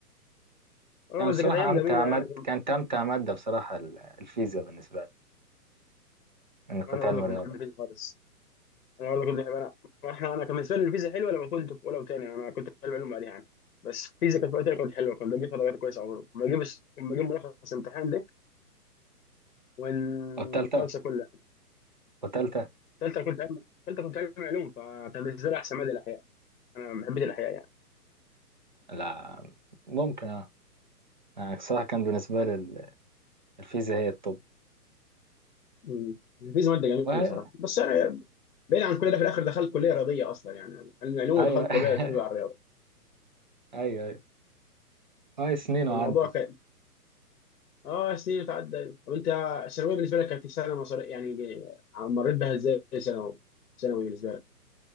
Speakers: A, on the left; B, on the right.
A: اه
B: يعني
A: بس
B: بصراحة
A: كانت ايام
B: أمتع
A: جميله يعني
B: مادة كانت أمتع مادة بصراحة ال- الفيزياء بالنسبة لي إني كنت
A: وانا برضه
B: علم
A: كنت
B: رياضة
A: بحب الفيزياء خالص انا برضه كنت بحب انا <laughs> احنا انا كان بالنسبه لي الفيزياء حلوه لما كنت في اولى وثانيه انا كنت في علوم بعدها يعني بس الفيزياء كانت في وقتها كنت حلوه كنت بجيب فيها درجات كويسه عمره كنت بجيب كنت بجيب ملخص الامتحان والخالصه
B: والتالتة
A: كلها
B: والتالتة
A: ثالثه كنت علم ثالثه كنت علم علوم فكان بالنسبه لي احسن ماده الاحياء انا حبيت الاحياء يعني
B: لا ممكن أه يعني بصراحة كان بالنسبة لي ال- الفيزياء هي الطب
A: مم. الفيزياء ماده جميله
B: وهي
A: صراحه بس انا بعيد عن كل ده في الاخر دخلت كليه رياضيه اصلا يعني علم علوم
B: هي
A: ودخلت
B: <laughs>
A: كليه تربيه على الرياضه
B: أيوه أيوه هاي سنين وعدت
A: فالموضوع كان اه سنين اتعدى طب انت الثانويه بالنسبه لك كانت سنه مصريه يعني مريت بها ازاي ثانوي ثانوي بالنسبه لك